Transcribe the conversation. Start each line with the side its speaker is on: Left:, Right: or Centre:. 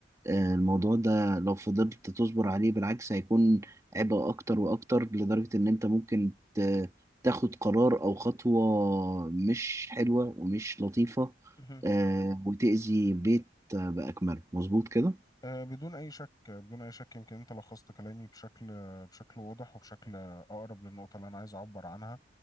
Right: آه، الموضوع ده لو فضلت تصبر عليه بالعكس هيكون عبء اكتر واكتر لدرجة ان انت ممكن ت- تاخد قرار او خطوة مش حلوة ومش لطيفة
Left: مهم.
Right: آه، وتأذي بيت آه، بأكمله مظبوط كده
Left: آه، بدون أي شك بدون أي شك يمكن أنت لخصت كلامي بشكل بشكل واضح وبشكل أقرب للنقطة اللي أنا عايز أعبر عنها